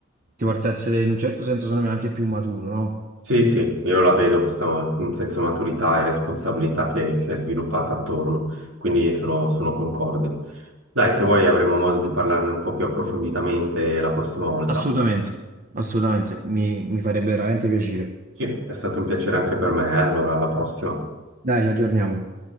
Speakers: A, on the right; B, on the right.
A: ti porta a essere in un certo senso, secondo me, anche più maturo, no?
B: Sì, sì, io la vedo questa in senso maturità e responsabilità che si è sviluppata attorno, quindi sono, sono concorde. Dai, se vuoi avremo modo di parlarne un po' più approfonditamente la prossima volta.
A: Assolutamente, assolutamente, mi, mi farebbe veramente piacere.
B: Sì, è stato un piacere anche per me, eh, Allora, alla prossima.
A: Dai, ci aggiorniamo.